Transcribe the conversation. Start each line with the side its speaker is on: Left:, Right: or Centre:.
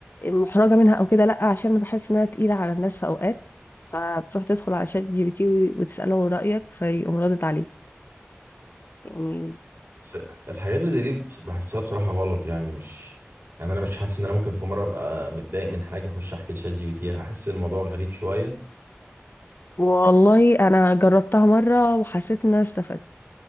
Left: محرجة منها او كده لا عشان انا بحس انها تقيلة على الناس في اوقات فبتروح تدخل على شات جي بي تي وتسأله رأيك فيقوم ردت عليك يعني
Right: بس الحاجات اللي زي دي بص- بحسها بصراحة غلط يعني مش يعني انا مش حاسس ان انا ممكن في مرة ابقى متضايق من حاجة اخش احكي لشات جي بي تي هحس الموضوع غريب شوية
Left: والله انا جربتها مرة وحسيت ان انا استفدت